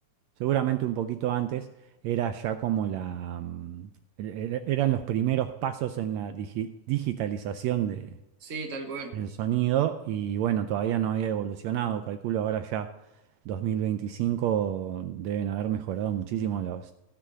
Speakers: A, on the right; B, on the right.
A: seguramente un poquito antes, era ya como la, mm, er- er- eran los primeros pasos en la digi- digitalización de-
B: Sí, tal cual.
A: del sonido y bueno, todavía no había evolucionado, calculo ahora ya 2025 deben haber mejorado muchísimo los...